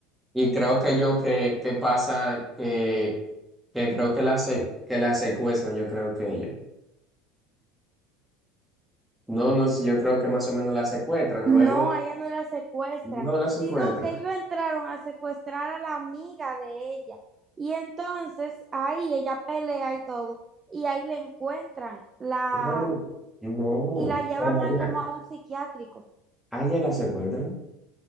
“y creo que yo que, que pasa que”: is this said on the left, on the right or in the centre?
Centre